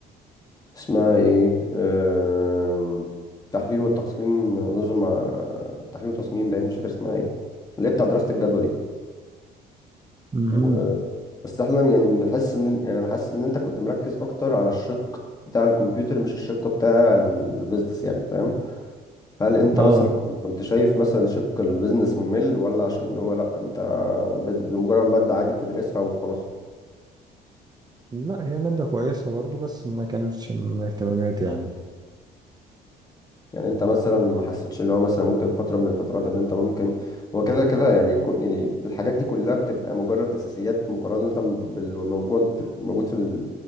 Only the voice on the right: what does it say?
مهم.
اه
لا هي مادة كويسة برضو بس ما كانتش من اهتماماتي يعني